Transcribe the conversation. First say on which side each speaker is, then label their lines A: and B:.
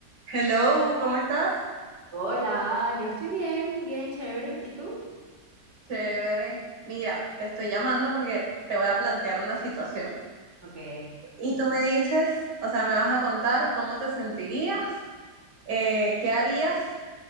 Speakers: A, on the right; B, on the right.
A: Hello, ¿cómo estás?
B: Hola, yo estoy bien, bien, chévere. ¿Y tú?
A: Chévere. Mira, te estoy llamando porque te voy a plantear una situación.
B: Ok,
A: Y tú me dices, o sea, me vas a contar cómo te sentirías, eh, qué harías